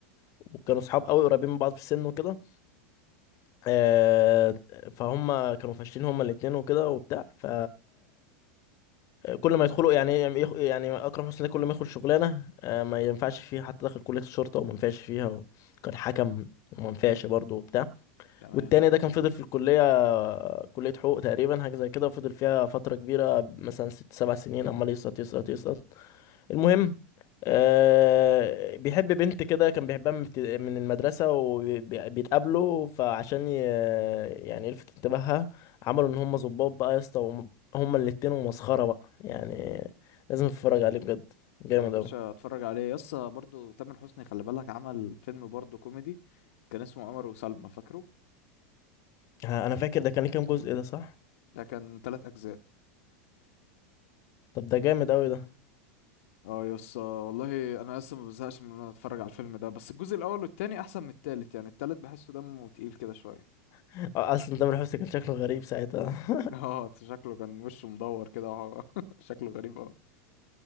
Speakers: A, on the left; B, on the left.
A: وكانوا صحاب أوي قريبين من بعض في السن وكده آه فهم كانوا فاشلين هما الاتنين وكده وبتاع ف كل ما يدخلوا يعني يعني يخ- يعني اكرم حسني ده كل ما يدخل شغلانه آه، ما ينفعش فيها حتى داخل كليه الشرطه وما ينفعش فيها وكان حكم وما ينفعش برضه وبتاع
B: تمام
A: والتاني ده كان فضل في الكليه آه، كليه حقوق تقريبا حاجه زي كده وفضل فيها فتره كبيره مثلا ست سبع سنين عمال يسقط يسقط يسقط المهم آه بيحب بنت كده كان بيحبها من ابت- من المدرسة وبيتقابلوا فعشان ي- يعني يلفت انتباهها عملوا ان هم ظباط بقى يا اسطى وهم- هما الاتنين ومسخرة بقى يعني لازم تتفرج عليه بجد جامد
B: طب يا باشا
A: اوي
B: اتفرج عليه يسا برضو تامر حسني خلي بالك عمل فيلم برضو كوميدي كان اسمه عمر وسلمى فاكره
A: ها، انا فاكر ده كان ليه كام جزء ده صح
B: ده كان ثلاث اجزاء
A: طب ده جامد اوي ده
B: اه يسا والله انا لسه ما بزهقش من ان انا اتفرج على الفيلم ده بس الجزء الاول والتاني احسن من التالت يعني التالت بحسه دمه تقيل كده شويه
A: <laughs> آه، اصلا تامر حسني كان شكله غريب ساعتها <laughs>
B: <laughs> اه شكله كان وشه مدور كده وهو <laughs> شكله غريب اوي.